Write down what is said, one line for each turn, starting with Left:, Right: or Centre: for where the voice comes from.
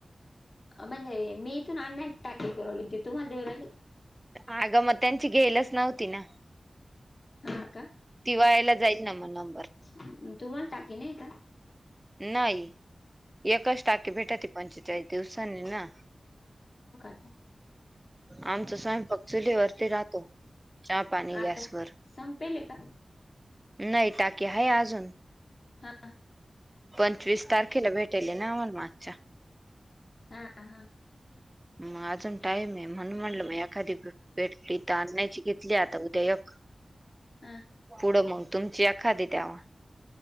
Left: म्हणजे मी इथून आणण्याची टाके पुवली ती तुम्हाला देऊ राहिली
Right: आगं मग त्यांची घेयलच नव्हती ना
Left: हा का
Right: ती वायाला जाईल ना मग नंबर
Left: तुम्हाला टाकीे नाही का
Right: नाही एककाच टाकीे भेटा त पंचेचाळीस दिवसानी ना
Left: का <unintelligible> <inaudible>
Right: आमचा स्वयं पक्चुली वरती राहतो चहा पाणी
Left: आता
Right: गॅसवरर
Left: संपेल का <unintelligible>
Right: नाही टाकीे आहे अजून
Left: हा <unintelligible>
Right: पंचवीस तारखेला भेटेले ना अम्हाला मागच्या
Left: हा हा <unintelligible>
Right: मग अजून टाईम आहे म्हणून म्हणलं मग एखादी भेटथ आणायची घेतली आता उद्या एक
Left: हा
Right: पुढं मग तुमची एखादी दवा